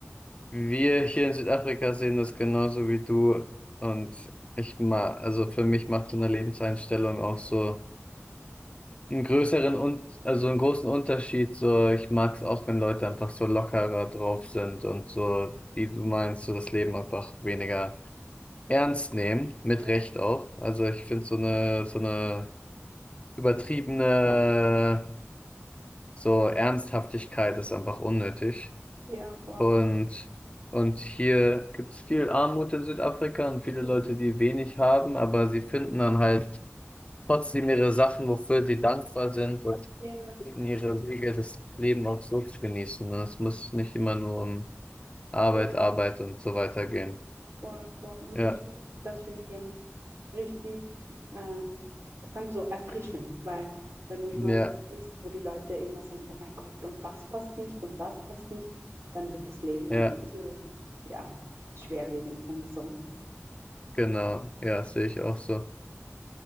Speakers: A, on the left; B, on the right.
A: wir hier in Südafrika sehen das genauso wie du. Und ich mal, also für mich macht so eine Lebenseinstellung auch so einen größeren und also einen großen Unterschied. So, ich mag es auch, wenn Leute einfach so lockerer drauf sind und so, wie du meinst, so das Leben einfach weniger ernst nehmen, mit
B: eher,
A: Recht auch. Also ich finde so eine, so eine übertriebene So Ernsthaftigkeit ist einfach unnötig.
B: eher voll?
A: Und, und hier gibt es viel Armut in Südafrika und viele
B: Ja,
A: Leute, die wenig haben, aber sie finden dann halt trotzdem ihre Sachen, wofür sie dankbar sind und
B: ja,
A: finden ihre Wege, das Leben auch so zu genießen. Und es muss nicht immer nur um Arbeit,
B: ja,
A: Arbeit
B: ja.
A: und so weiter gehen.
B: Voll, voll. Und
A: Ja,
B: das finde ich, das finde ich eben richtig, ähm, sagen wir so, erfrischend, weil wenn du immer
A: ja,
B: wo bist, wo die Leute immer sagen, oh mein Gott, und das passt nicht und das passt nicht, dann wird das Leben
A: ja,
B: ein bisschen, ja, schwerwiegend, sagen wir so.
A: genau. Ja, sehe ich auch so.